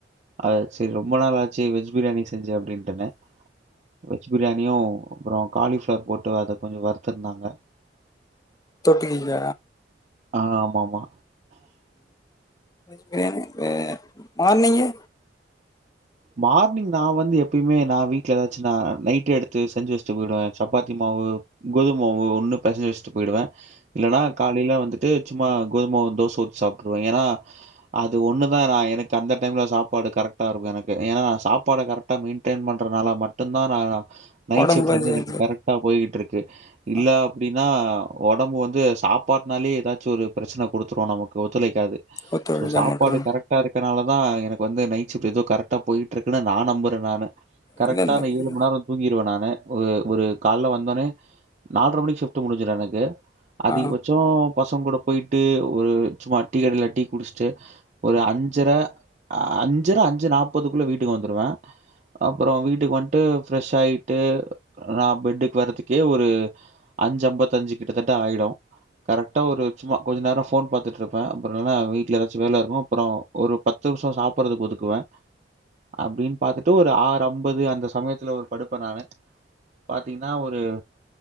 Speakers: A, on the right (about 40°); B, on the left (about 20°).
A: அது சேர் ரொம்ப நாள் ஆச்சு வெஜ் பிரியாணி செஞ்சு அப்டின் ன்னு வெஜ் பிரியாணியு அப்றோ காலி ஃபிளவர் போட்டு அத கொஞ்சோ வருத்திருந்தாங்க
B: தொட்டிக்கி இல்ல
A: ஆ ஆமா ஆமா
B: வெஜ் பிரியாணி ஆ மார்னிங்கு
A: மார்னிங் நா வந்து எப்பயுமே நா வீட்ல ஏதாச்சி நா நைட் எடுத்து செஞ்சி வெச்சிட்டு போயிடுவே சப்பாத்தி மாவு கோதும் மாவு ஒன்னு பெசஞ்சி வெச்சுட்டு போயிடுவே இல்லன்னா காலைல வந்து வந்துட்டு சும்மா கோதும மாவு தோச ஊத்தி சாப்புட்ருவே ஏனா அது ஒன்னு தா நா எனக்கு அந்த டைம்ல சாப்பாடு கரெக்டா இருக்கு எனக்கு ஏன்னா நா சாப்பாட கரெக்டா மெயின்டென் பண்றதுனால மட்டுந் தா நா நைட்
B: உடம்பு
A: ஷிப்ட்
B: கொஞ்சம்
A: வந்து எனக்
B: இது
A: கரெக் இந்தா போயிட்டு இருக்கு இல்ல
B: ஆ,
A: அப்டின்னா ஒடம்பு வந்து சாப்பாட்னாலே ஏதாச்சி ஒரு பிரச்சன குடுத்துரு நமக்கு ஒத்துழைக்காது
B: ஒத்துழைக்க
A: சோ சாப்பாடு
B: மாட்டேன்
A: கரெக்டா இருக்கனால தா எனக்கு வந்து நைட் ஷிப்ட் ஏதோ கரெக்ட் கரெக்டா போயிட்டு இருக்குன்னு நா நம்புறே நானு கரெக்டா
B: இல்லை இல்லை
A: அந்த ஏழு மண் நேரோ தூங்கிருவே நானு ஒரு ஒரு கால்ல வந்தோனே நால்ர மணிக்கு ஷிப்ட் முடிஞ்சுரு எனக்கு அதிகபட்சோ
B: ஆ
A: பசங்க கூட போயிட்டு ஒரு சும்மா டீ கடையில டீ குடிச்சிட்டு ஒரு அஞ்சர அஞ்சர அஞ்சு நாப்பதுக்குள்ள வீட்டுக்கு வந்துருவே அப்றோ வீட்டுக்கு வன்ட்டு ஃப்ரெஷ் ஆயிட்டு நா பெட்டுக்கு வர்றதுக்கே ஒரு அஞ்சி அம்பத்தஞ்சி கிட்டத்தட்ட ஆயிடு கரெக்ட்டா ஒரு சும்மா கொஞ்சோ நேரோ ஃபோன் பாத்துட்டு இருப்பே அப்டி இல்லன்னா வீட்ல ஏதாச்சி வேல இருக்கு அப்புறோ ஒரு பத்து நிமிஷோ சாப்புட்றதுக்கு ஒதுக்குவே அப்டின்னு பாத்துட்டு ஒரு ஆறு அம்பது அந்த சமயத்துல ஒரு படுப்ப நானு பாத்தீங்னா ஒரு